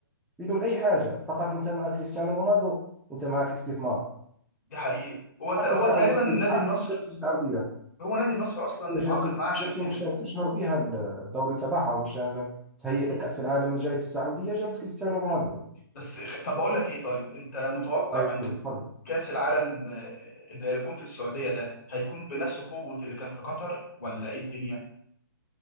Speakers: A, in the centre; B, on the left.
A: بدون اي حاجه فقط انت مع كريستيانو رونالدو انت معك استثمار
B: دي حقيقة هو ت...
A: حتى
B: هو
A: السعوديه
B: تقريبا نادي
A: عارف
B: النصر
A: جابته السعوديه
B: هو نادي النصر
A: السعوديه
B: اصلا اللي اتعاقد
A: جابته
B: معاه عشان
A: جابته
B: كده
A: مشان تشهر بها الدوري تبعها ومشان تهيئ لكاس
B: امم
A: العالم الجاي في السعوديه جابت كريستيانو رونالدو
B: بس خ- طب بقول لك ايه طيب انت متوقع
A: ايوه
B: ان
A: تفضل
B: كأس العالم آه، اللي هيكون في السعودية ده هيكون بنفس قوة اللي كان في قطر ولا ايه الدنيا